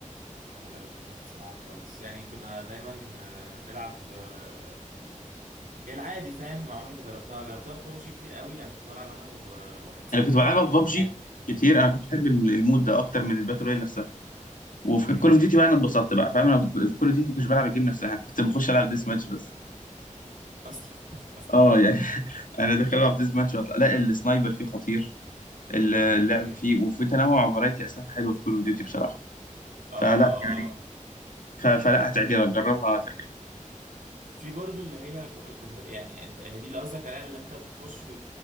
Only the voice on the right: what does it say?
انا ما جربتهاش بصراحه خالص يعني كنا دايما آه، نلعب آه، العادي فاهم عمري ما جربتها جربتها في بابجي كتير قوي لان كنت بلعب انا وواحد صاحبي
يعني
امم
اصلا <laughs> اصلا
امم
اه
اه
اه
في برضو اللي هي ك- كنت يعني انت هي دي اللي قصدك عليها اللي انت بتخش و...